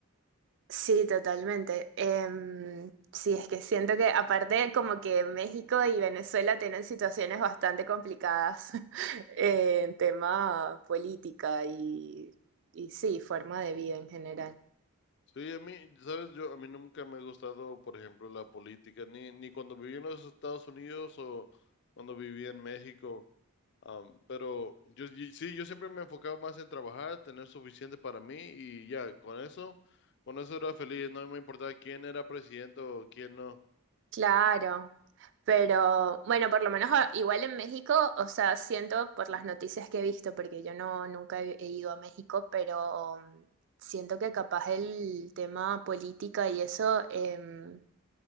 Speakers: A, on the right (about 55°); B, on the left (about 55°).
A: Sí, totalmente. Em, sí, es que siento que aparte como que México y Venezuela tienen situaciones bastante complicadas <laughs> en tema política y, y sí, forma de vida en general.
B: Sí, a mí, sabes, yo, a mí nunca me ha gustado, por ejemplo, la política, ni, ni cuando viví en los Estados Unidos o cuando viví en México. Am, pero yo y- sí, yo siempre me enfocaba más en trabajar, tener suficiente para mí y ya, con eso, con eso era feliz, no me importaba quién era presidente o quién no.
A: Claro, pero bueno, por lo menos a- igual en México, o sea, siento por las noticias que he visto, porque yo no nunca he he ido a México, pero mm, siento que capaz el tema política y eso, em,